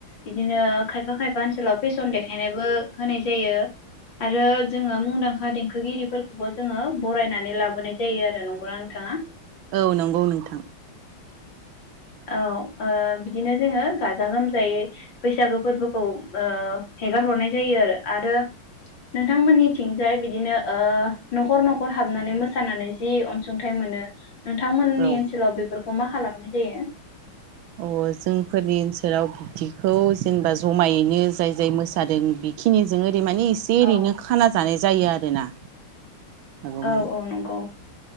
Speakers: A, on the left (about 55°); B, on the right (about 75°).
A: बिदिनो खायफा खायफा ओनसोलाव फेसन देखायनायबो होनाय जायो आरो जोङो मुंदांखा दें देंखोगिरिफोरखौबो जोङो बरायनानै लाबोनाय जायो आरो नंगौना नोंथाङा
B: औ नंगौ नोंथां
A: औ ओ बिदिनो जोङो गाजा गोमजायै बैसागो फोरबोखौ ओ हेगार हरनाय जायो आरो आरो नोंथांमोननिथिंजाय बिदिनो ओ न'खर न'खर हाबनानै मोसानानै जि अनसुंथाइ मोनो नोंथांमोननि
B: औ
A: ओनसोलाव बेफोर अमा खालामनाय जायो
B: अह जोंफोरनि ओनसोलाव बिब्दिखौ जेनेबा जमायैनो जाय जाय मोसादों बेखिनिजोंनो दैमानि इसे
A: औ
B: ओरैनो खाना जानाय जायो आरोना हागौमानि
A: औ औ नंगौ